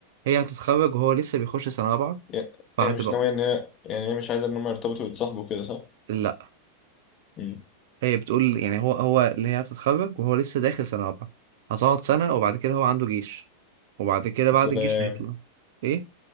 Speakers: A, on the right; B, on the left.
A: هي هتتخرج وهو لسه بيخش سنة رابعة
B: يا-
A: فهتبقى
B: هي مش ناويه ان هي يعني هي مش عايزه ان هم يرتبطوا ويتصاحبوا كده صح؟
A: لا
B: مم.
A: هي بتقول يعني هو هو اللي هي هتتخرج وهو لسه داخل سنة رابعة هتقعد سنة وبعد كده هو عنده جيش وبعد كده بعد
B: سلام
A: الجيش هيطلع ايه